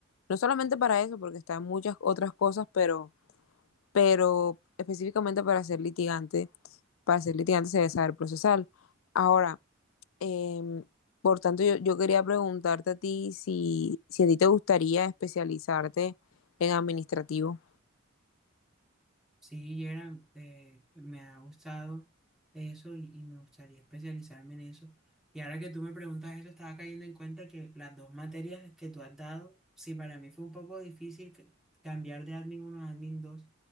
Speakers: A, on the left (about 80°); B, in the centre.
A: no solamente para eso, porque está en muchas otras cosas, pero, pero específicamente para ser litigante para ser litigante se debe saber procesal. Ahora, em, por tanto, yo, yo quería preguntarte a ti si, si a ti te gustaría especializarte en administrativo.
B: sí, Gerard, eh, me ha gustado eso y, y me gustaría especializarme en eso. Y ahora que tú me preguntas eso, estaba cayendo en cuenta que las dos materias que tú has dado, sí, para mí fue un poco difícil c- cambiar de admin uno a admin 2.